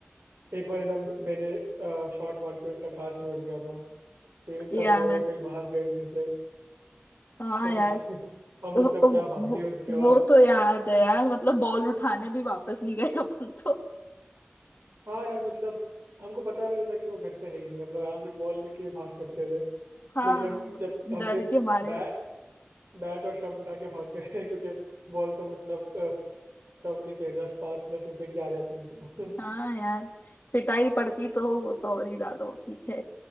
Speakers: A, on the right; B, on the left.
A: एक बार है ना मैंने शॉट मार के उनका कांच तोड़ दिया था फिर तब
B: यार
A: वो
B: यार,
A: कहीं बाहर गए हुए थे
B: हाँ
A: तो
B: यार
A: फिर <laughs> हम
B: वो,
A: लोग सब क्या भागे
B: वो
A: उनके
B: वो तो याद है यार मतलब बॉल उठाने भी वापस नहीं गए अपन तो
A: हाँ यार मतलब हमको पता भी नहीं था कि वो घर पे है ही नहीं हम लोग आराम से बॉल लेके भी भाग सकते थे
B: हाँ
A: लेकिन हम
B: but
A: जब हम
B: डर
A: सिर्फ
B: के मारे
A: बैट बैट और स्टंप उठा के भाग गए <laughs> क्योंकि बॉल तो मतलब अ, तब कितने दस पाँच दस रुपए की आ जाती थी तो
B: हाँ यार पिटाई पड़ती तो वो तो और ही ज्यादा होती है